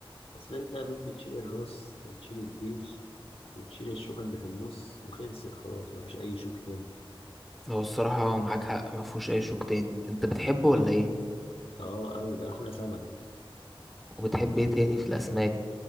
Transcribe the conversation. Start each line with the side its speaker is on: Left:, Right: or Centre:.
Left: أصل أنت يا دوب بتشيل الراس وتشيل الديل وتشيل الشوكة اللي في النص وخلصت خلاص مفيش أي شوك تاني
Centre: هو الصراحة اه معاك حق ما فيهوش اي شوك تاني انت بتحبه
Left: طب
Centre: ولا
Left: أنت
Centre: ايه
Left: آه أوي ده أحلى سمك ده
Centre: وبتحب ايه تاني في الاسماك